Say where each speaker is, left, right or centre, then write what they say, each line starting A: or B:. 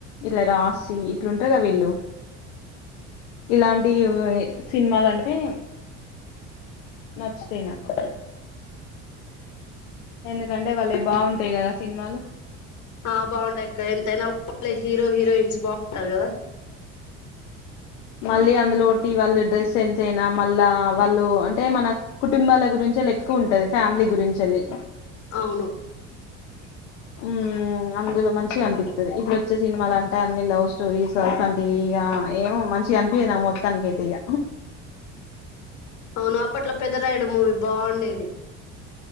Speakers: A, on the left; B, on the left.
A: ఇల రా సి ఇట్లుంటరు గ వీళ్ళు ఇలాంటి వే వ్ సినిమలు అంటే నచ్చుతై నాకు ఎందుకంటే వాలై బావుంటయ్ గదా సినిమాలు
B: ఆ బావుంటాయక్క ఎంతైనా ఓల్డ్ హీరో హీరోయిన్స్ బావుంటరు గదా
A: మళ్ళీ అందులో ఒటి వాళ్ళ డ్రెస్ సెన్స్ అయినా మళ్ళా వాళ్ళు అంటే మన కుటుంబాల గురి చేలి ఎక్కువుంటది ఫ్యామిలీ గురించేలి
B: అవును
A: మ్ మ్ అందులో మంచిగ అనిపిత్తది ఇప్పుడు వచ్చే సినిమాల అంటే అన్ని లవ్ స్టోరీస్ అసోంటియి అ ఏమో మంచిగనిపియదు నా మొత్తానికైతే ఇగ
B: అవును అప్పట్లో పెద్దరాయడు మూవీ బావుండే